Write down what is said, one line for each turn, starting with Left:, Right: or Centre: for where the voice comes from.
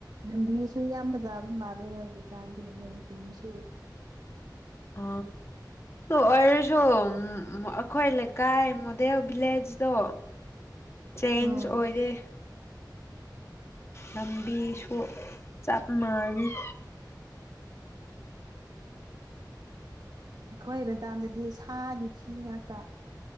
Right: ꯂꯝꯕꯤꯁꯨ ꯌꯥꯝ ꯐꯖꯕ ꯃꯥꯜꯂꯦ ꯍꯧꯖꯤꯛꯀꯥꯟꯗꯤ ꯅꯣꯡ ꯆꯨꯔꯤꯁꯨ
Left: ꯑ ꯑꯣꯏꯔꯁꯨ ꯎ ꯑꯩꯈꯣꯏ ꯂꯩꯀꯥꯏ ꯃꯣꯗꯦꯜ ꯚꯤꯂꯦꯖꯇꯣ ꯆꯦꯟꯖ
Right: ꯎꯝ
Left: ꯑꯣꯏꯔꯦ ꯂꯝꯕꯤꯁꯨ ꯆꯞ ꯃꯥꯟꯅꯅꯩ
Right: ꯑꯩꯈꯣꯏ ꯃꯇꯗꯗꯤ ꯁꯥꯒꯤ ꯊꯤ ꯉꯥꯛꯇ